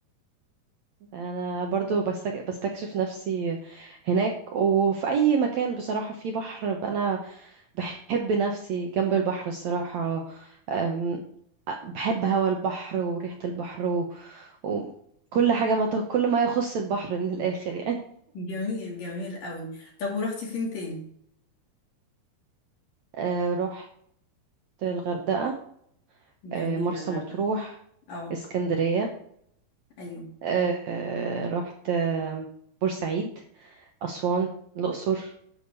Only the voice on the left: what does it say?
<laughs> جميل جميل قوي طب ورحتي فين تاني
جميل
الغردقة
اه
ايوه